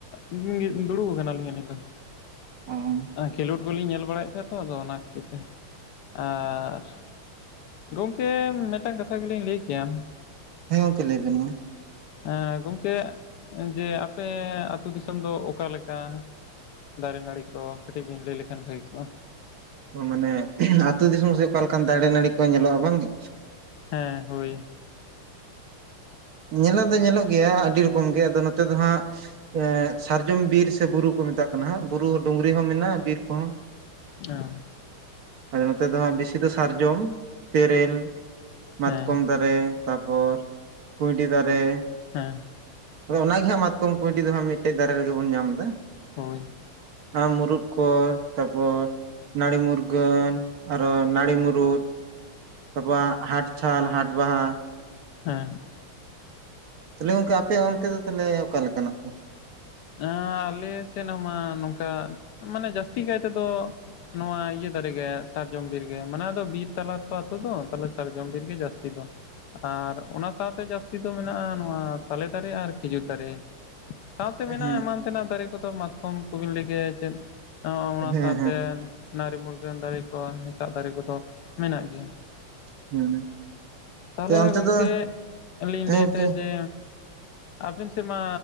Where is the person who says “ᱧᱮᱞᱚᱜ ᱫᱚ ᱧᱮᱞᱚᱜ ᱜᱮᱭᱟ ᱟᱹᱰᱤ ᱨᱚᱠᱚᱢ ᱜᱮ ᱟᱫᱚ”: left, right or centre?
Right